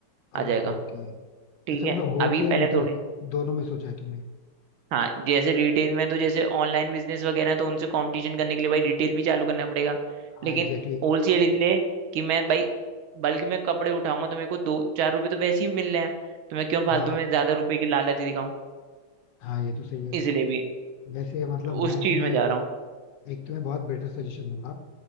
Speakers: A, on the right; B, on the left.
A: आ
B: Okay
A: जाएगा
B: okay अच्छा
A: ठीक है
B: मतलब होलसेल
A: अभी पहले
B: रिटेल
A: थोड़ी
B: दोनों में सोचा है तुमने
A: हाँ जैसे रिटेल में तो जैसे ऑनलाइन बिजनेस वगैरह है, तो उनसे कंपटीशन करने के लिए भाई रिटेल भी चालू करना पड़ेगा
B: हाँ
A: लेकिन
B: एग्जैक्टली exactly.
A: होलसेल इसलिए कि मैं भाई बल्क में कपड़े उठाऊंगा तो मेरे को दो चार रुपए तो वैसे ही मिल रहे हैं तो मैं क्यों फालतू
B: हाँ
A: में ज्यादा रुपए की लालच दिखाऊं
B: हाँ ये तो सही है
A: इसलिए भी
B: वैसे मतलब
A: उस
B: मैं
A: चीज
B: तुम्हें
A: में जा
B: एक
A: रहा हूँ
B: एक तुम्हें बहुत बेटर सजेशन दूंगा